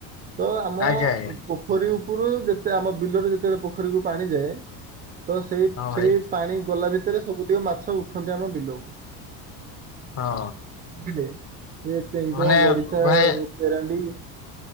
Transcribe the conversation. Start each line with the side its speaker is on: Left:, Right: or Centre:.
Right: ତ ଆମ
Left: ଆଜ୍ଞା ଆଜ୍ଞା
Right: ପୋଖରୀ ଉପରୁ ଯେତେ ଆମ ବିଲରେ ଯେତେବେଳେ ପୋଖରୀକୁ ପାଣି ଯାଏ ତ ସେଇ
Left: ହଁ
Right: ସେଇ
Left: ଭାଇ
Right: ପାଣି ଗଲା ଭିତରେ ସବୁଟିକ ମାଛ ଉଠନ୍ତି ଆମ ବିଲକୁ
Left: ହଁ।
Right: ବୁଝିଲେ ସେ ଚେଙ୍ଗ,
Left: ମାନେ
Right: ଗଡ଼ିଶା,
Left: ଭାଇ
Right: କେରାଣ୍ଡି